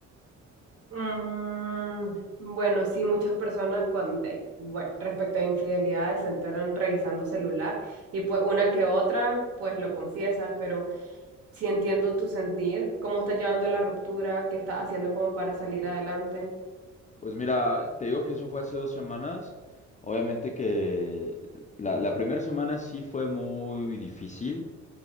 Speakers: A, on the right (about 50°); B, on the left (about 25°).
A: Mm, bueno, sí, muchas personas con de- bue- respecto a infidelidades se enteran revisando celular y pues una que otra pues lo confiesa, pero sí entiendo tu sentir, cómo estás llevando la ruptura, qué estás haciendo como para salir adelante.
B: Pues mira, te digo que eso fue hace dos semanas. Obviamente que la, la primera semana sí fue muy difícil